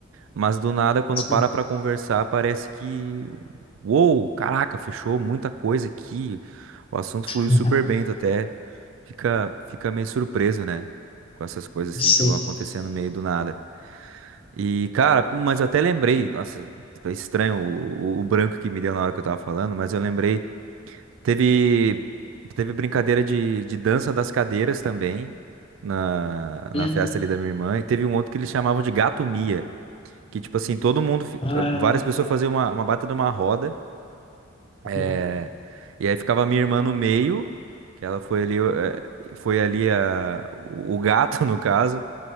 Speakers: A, on the right (about 70°); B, on the left (about 25°).
A: mas do nada quando
B: sim,
A: para pra conversar parece que, uou, caraca, fechou muita coisa aqui, o assunto fluiu
B: uhum,
A: super bem, tu até fica fica meio surpreso, né, com essas coisas assim
B: sim.
A: que vão acontecendo meio do nada. E, cara, pô, mas eu até lembrei, nossa, é estranho o, o- o branco que me deu na hora que eu tava falando, mas eu lembrei, teve, teve brincadeira de, de dança das cadeiras também, na,
B: Uhum.
A: na festa ali da minha irmã, e teve um outro que eles chamavam de gato Mia, que, tipo assim, todo mundo, fi-
B: Ah,
A: ah, várias pessoas faziam uma, uma baita de uma roda, é,
B: uhum.
A: e aí ficava a minha irmã no meio, que ela foi ali, eh, foi ali a, o o gato, <laughs> no caso,